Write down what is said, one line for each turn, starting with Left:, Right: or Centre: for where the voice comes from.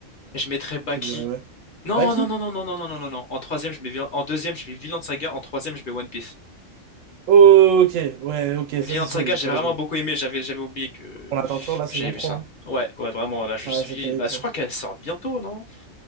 Left: je mettrais Baki.
Right: tu dirais ouais.
Left: Non,
Right: Baki?
Left: non, non, non, non, non, non, non, non. non. En troisième, je mets Villain- en deuxième, je mets Vinland Saga. En troisième, je mets One Piece.
Right: Ok, ouais, ok,
Left: Vinland
Right: ça c'est solide
Left: Saga, j'ai
Right: pour
Left: vraiment
Right: le coup.
Left: beaucoup aimé. J'avais, j'avais oublié que que
Right: On attend toujours la saison
Left: j'avais
Right: trois
Left: vu ça.
Right: hein.
Left: Ouais, ouais, vraiment. Là, je
Right: Ouais,
Left: suis.
Right: c'est terrible
Left: Bah, je
Right: ça.
Left: crois qu'elle sort bientôt, non?